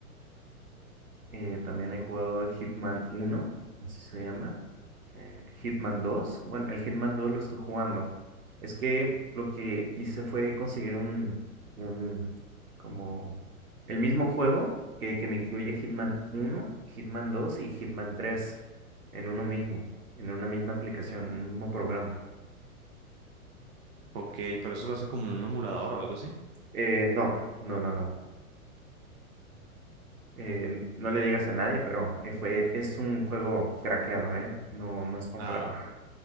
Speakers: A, on the right; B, on the right.
A: Eh, también he jugado el Hitman uno, así se llama. eh, Hitman dos. bueno, el Hitman dos lo estoy jugando. Es que lo que hice fue conseguir un, un, como, el mismo juego que, que me incluye Hitman uno, Hitman dos y Hitman tres en uno mismo, en una misma aplicación, en un mismo programa.
B: Ok, pero eso lo haces como en un emulador o algo así.
A: Eh, no, no, no, no. Eh, no le digas a nadie, pero eh, fue, es un juego craqueado, ¿eh? No, no es comprado.
B: Ah,
A: <laughs>